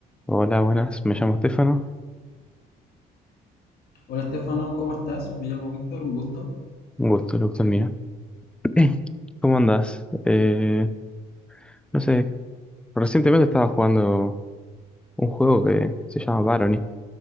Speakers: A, in the centre; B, on the left.
A: Hola, buenas, me llamo Estefano.
B: Hola Estefano, ¿cómo estás? Me llamo Víctor, un gusto.
A: Un gusto, el gusto es mío. <clears throat> ¿Cómo andás? Eh, no sé, recientemente estaba jugando un juego que se llama Barony.